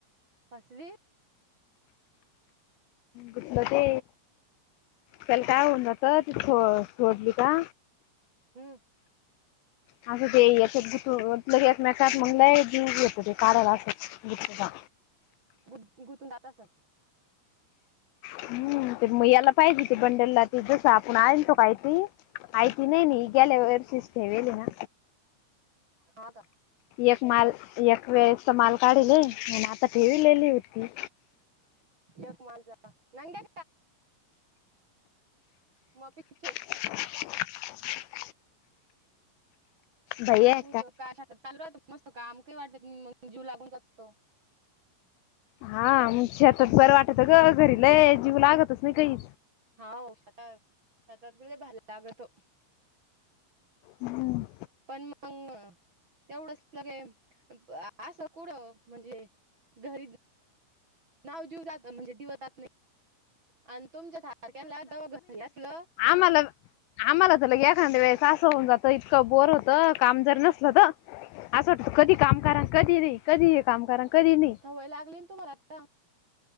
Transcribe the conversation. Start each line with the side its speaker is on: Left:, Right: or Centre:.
Right: फसली
Left: गुठला ते बलका होन तर ते ो ोडली का
Right: हम्म
Left: असं ते याच्यात गुटू ल एकमेकात म्हणलंयी येतो ते काराला अस गुटूचा
Right: गु गुंतून जात असात
Left: हम् ते म याला पाहिजे ते बंडलला त जस आपण आल तो काय त आयती नाहीन ह गेला वर्षिस्े वली ना
Right: हा का
Left: एक माल एक वेळेचा माल काढल म्ह आता ठेवीलेली होती
Right: यक मालझ नंग मप इछ
Left: आवाज येते भैया
Right: हो
Left: आहे
Right: का चालू मस्त का आम काही वाटत मग जीव लागून जात तो
Left: हा छतात बरं वाटतं ग घरीलाय जीव लागतच नाही काही
Right: हा शतात शतात गेले भयला लागत हो
Left: हम्म
Right: पण मग तेवढं क असं कुडं म्हणजे घरी नाव दिऊ जात म्हणजे दिवतात नाही आणि तुमच्या सारख्याला जवळ घरल्या असलं
Left: आमला आम्हाला तर लगे एखांद्या वेळेस असं होऊन जात इतकं बोर होतं काम जर नसल तर असं वाटत कधी काम करा कधी नाही कधी हे काम करा कधी नाही
Right: सवय लागली ना तुम्हाला आता